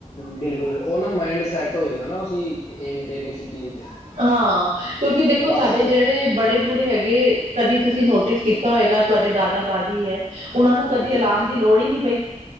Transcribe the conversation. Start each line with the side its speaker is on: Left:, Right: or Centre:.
Left: ਬਿਲਕੁਲ ਬੁ ਉਹ ਨਾ ਮਾਇੰਡ ਸੈਟ ਹੋ ਜਾਂਦਾ ਨਾ ਏਮ ਤੇ ਡੀਸੀਪਲੀਨ ਤੇ।
Right: ਹਾਂ ਕਿਉਂਕਿ ਦੇਖੋ
Left: ਬਸ
Right: ਸਾਡੇ
Left: ਉਹ
Right: ਜਿਹੜੇ ਬੜੇ
Left: ਹਾਂਜੀ
Right: ਬੂੜੇ ਹੈਗੇ ਕਦੀ ਤੁਸੀਂ ਨੋਟਿਸ ਕੀਤਾ ਹੋਏਗਾ ਤੁਹਾਡੇ ਦਾਦਾ ਦਾਦੀ ਹੈ ਉਹਨਾਂ
Left: ਹਾਂਜੀ
Right: ਨੂੰ ਕਦੀ ਅਲਾਰਮ
Left: ਹਾਂਜੀ ਹਾਂਜੀ
Right: ਦੀ ਲੋੜ ਹੀ ਨਹੀਂ ਪਈ।